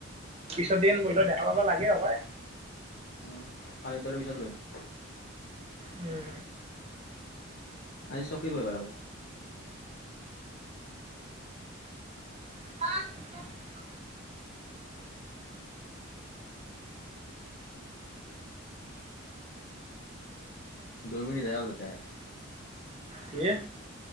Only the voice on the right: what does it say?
পিছত দিন বহিলো দেখা পাবা লাগে হবায়।
উম,
অ',
কি?